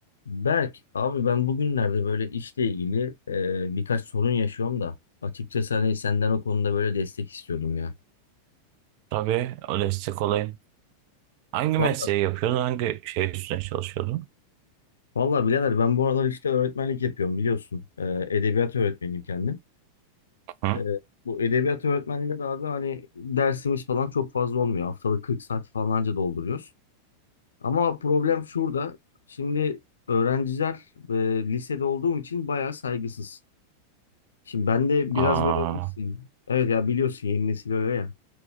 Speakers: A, on the left; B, on the right.
A: Berk, abi ben bugünlerde böyle işle ilgili e, birkaç sorun yaşıyorum da açıkçası hani senden o konuda böyle destek istiyordum ya.
B: Tabii o destek olayım. Hangi
A: Vallahi,
B: mesleği yapıyordun? Hangi şey üstüne çalışıyordun?
A: vallahi birader ben bu aralar işte öğretmenlik yapıyorum biliyorsun. E, edebiyat öğretmeniyim kendim.
B: Hı?
A: E, bu edebiyat öğretmenliğinde de abi hani dersimiz falan çok fazla olmuyor. Haftalık 40 saat falanca dolduruyoruz. Ama problem şurada. Şimdi öğrenciler e, lisede olduğum için bayağı saygısız. Şimdi ben de biraz
B: Aa,
A: böyle... bilirsin. Evet ya biliyorsun yeni nesil öyle ya.